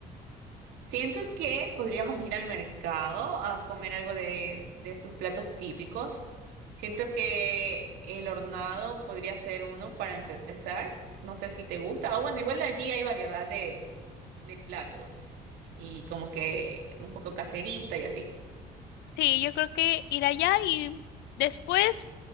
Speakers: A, on the right; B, on the left.
A: Siento que podríamos ir al mercado a comer algo de, de sus platos típicos. Siento que el hornado podría ser uno para empezar. No sé si te gusta. O bueno, igual allí hay variedad de, de platos y como que un poco caserita y así.
B: Sí, yo creo que ir allá y después